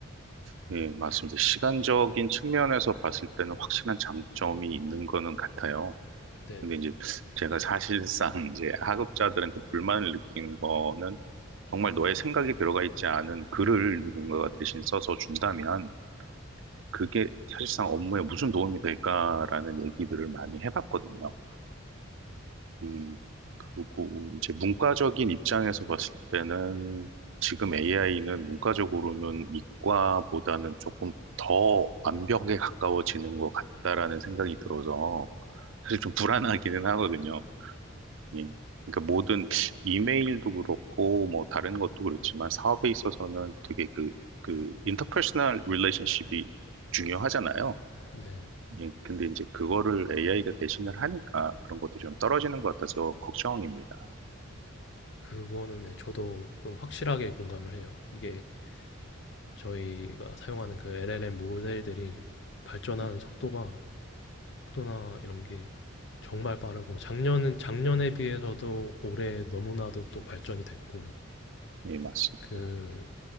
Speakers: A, on the right; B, on the left.
A: 네, 맞습니다. 시간적인 측면에서 봤을 때는 확실한 장점이 있는 거는 같아요.
B: 네네.
A: 근데 이제 제가 사실상 <laughs> 이제 학업자들한테 불만을 느낀 거는 정말 너의 생각이 들어가 있지 않은 글을 누군가가 대신 써서 준다면 그게 사실상 업무에 무슨 도움이 될까라는 얘기들을 많이 해봤거든요. 음, 그리고 이제 문과적인 입장에서 봤을 때는 지금 AI는 문과적으로는 이과보다는 조금 더 완벽에 가까워지는 것 같다라는 생각이 들어서 사실 좀 불안하기는 하거든요. 예. 그러니까 모든 이메일도 그렇고 뭐 다른 것도 그렇지만 사업에 있어서는 되게 그, 그 인터퍼스널 릴레이션십이 중요하잖아요.
B: 네네.
A: 예. 근데 이제 그거를 AI가 대신을 하니까 그런 것들이 좀 떨어지는 것 같아서 걱정입니다.
B: 그거는 네 저도 좀 확실하게 공감을 해요. 이게 저희가 사용하는 그 LLM 모델들이 발전하는
A: 네.
B: 속도가 속도나 이런 게 정말 빠르고 작년은 작년에 비해서도 올해 너무나도 또 발전이 됐고
A: 예, 맞습니다.
B: 그